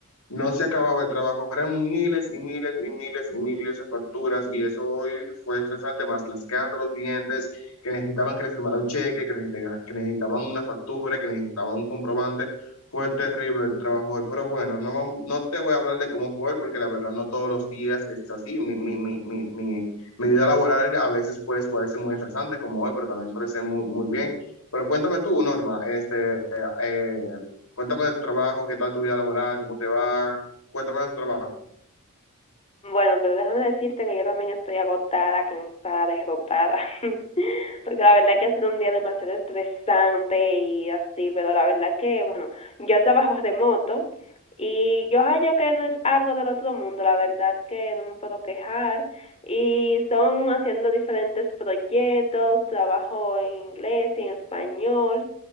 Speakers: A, on the left; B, on the left.
A: no se acababa el trabajo, eran miles y miles y miles y miles de facturas y eso hoy fue estresante, más las quejas de los clientes que necesitaban que les firmara un cheque, que necesitaban, que necesitaban una factura, que necesitaban un comprobante. Fue terrible el trabajo hoy, pero bueno, no, vam- no te voy a hablar de cómo fue hoy, porque la verdad no todos los días es así. Mi, mi, mi, mi, mi, mi vida laboral a veces pues parece muy estresante como hoy, pero también suele ser muy, muy bien. Pero cuéntame tú, Norma, este, eh, cuéntame de tu trabajo, qué tal tu vida laboral, cómo te va, cuéntame de tu trabajo,
B: Bueno, pero déjame decirte que yo también estoy agotada, cansada, derrotada, <laughs> porque la verdad que ha sido un día demasiado estresante y así, pero la verdad que, bueno, yo trabajo remoto y yo hallo que no es algo del otro mundo, la verdad que no me puedo quejar y son haciendo diferentes proyectos, trabajo en inglés y en español.